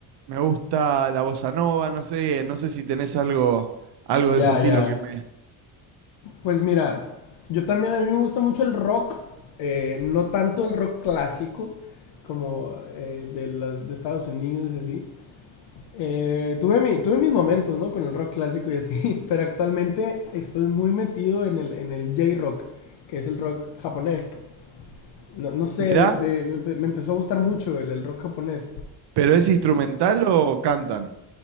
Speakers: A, on the right; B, on the left.
A: me gusta la bossa nova, no sé, no sé si tenés algo, algo de
B: ya,
A: ese estilo
B: ya.
A: que me...
B: Pues mira, yo también a mí me gusta mucho el rock, eh, no tanto el rock clásico como eh, de, la- de Estados Unidos y así. Eh, tuve mi, tuve mis momentos, ¿no? Con el rock clásico y así, <laughs> pero actualmente estoy muy metido en el, en el J-rock, que es el rock japonés. No, no sé,
A: Mirá,
B: de, de- me, empe- me empezó a gustar mucho el, el rock japonés.
A: pero ¿es instrumental o cantan?